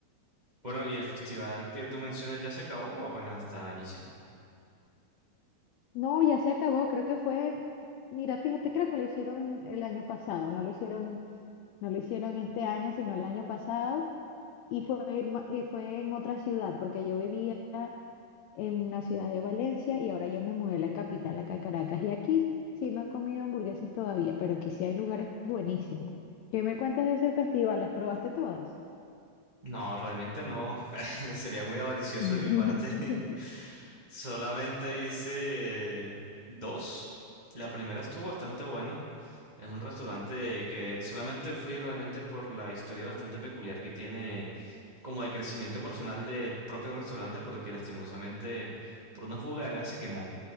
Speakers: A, on the right; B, on the left.
A: Bueno, ¿y el festival que tú mencionas ya se acabó o apenas está iniciando?
B: No, ya se acabó, creo que fue, mira, fíjate, creo que lo hicieron el año pasado, no lo hicieron, no lo hicieron este año, sino el año pasado, y fue, ma- y fue en otra ciudad, porque yo vivía en la ciudad de Valencia y ahora yo me mudé a la capital, acá a Caracas, y aquí sí no he comido hamburguesas todavía, pero aquí sí hay lugares buenísimos. ¿Qué me cuentas de ese festival? ¿Las probaste todas?
A: No, realmente no. <laughs> Sería muy avaricioso
B: <laughs>
A: de mi parte. <laughs> Solamente hice eh, dos. La primera estuvo bastante buena. Es un restaurante que solamente fui realmente por la historia bastante peculiar que tiene como de crecimiento personal del propio restaurante porque lastimosamente por una fuga de gas se quemó